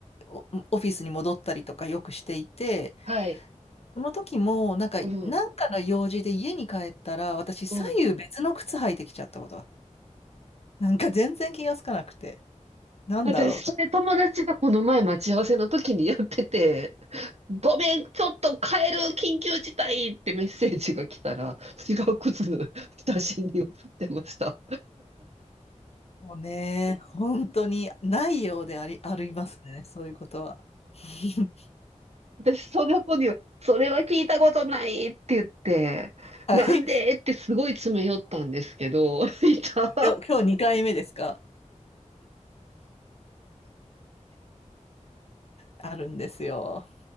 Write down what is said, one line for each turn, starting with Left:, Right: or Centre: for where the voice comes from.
Left: おオフィスに戻ったりとかよくしていて、
Right: はい、
Left: その時もなんか、
Right: うん、
Left: なんかの用事で家に帰ったら私左右別の靴履いてきちゃったことがある
Right: うん。
Left: なんか全然気がつかなくて、なんだろうと。
Right: 私、それ友達がこの前待ち合わせの時にやってて、ごめん、ちょっと帰る緊急事態ってメッセージが来たら、違う靴の写真に写ってました。
Left: もうね、本当にないようであり、ありますね、そういうことは。<laughs>
Right: 私、その子には、それは聞いたことないって言って、
Left: はい。
Right: なんでってすごい詰め寄ったんですけど、<laughs> いた。
Left: 今日、今日2回目ですかあるんですよ。